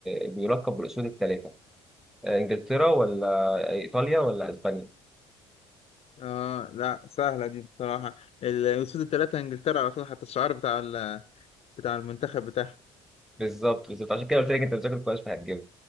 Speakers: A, in the centre; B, on the left.
A: آه، بيلقب بالاسود الثلاثه انجلترا ولا ايطاليا ولا اسبانيا
B: اه لا سهلة دي بصراحة ال- الأسود الثلاثة انجلترا على طول حتى الشعار بتاع ال- بتاع المنتخب بتاعهم
A: بالظبط بالظبط عشان كده قلت لك انت بتذاكر كويس فهتجيبها